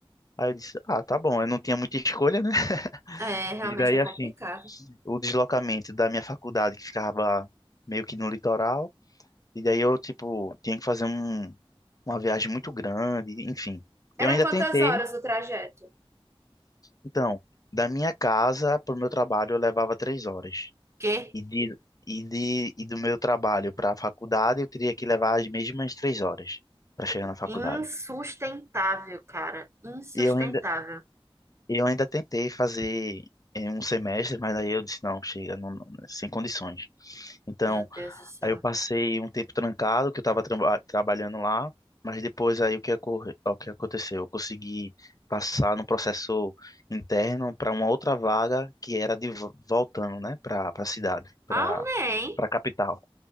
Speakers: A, on the left; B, on the right.
A: Aí eu disse, ah, tá bom, eu não tinha muita escolha, né? <laughs>
B: É, realmente
A: E daí
B: é complicado.
A: assim, o deslocamento da minha faculdade que ficava meio que no litoral, e daí eu tipo tinha que fazer um, uma viagem muito grande, enfim.
B: Era
A: Eu ainda
B: quantas
A: tentei,
B: horas o trajeto?
A: então, da minha casa para o meu trabalho eu levava três horas.
B: Que
A: E, de, e, de, e do meu trabalho para a faculdade, eu teria que levar as mesmas três horas para chegar na faculdade.
B: insustentável, cara. Insustentável.
A: eu ainda, eu ainda tentei fazer em um semestre, mas aí eu disse, não, chega, não, não, né, sem condições. Então,
B: Meu Deus do céu.
A: aí eu passei um tempo trancado, que eu estava traba- trabalhando lá, mas depois aí o que, ocorre, o que aconteceu? Eu consegui passar no processo interno para uma outra vaga que era de vo- voltando, né, para a cidade, para
B: Amém.
A: para a capital.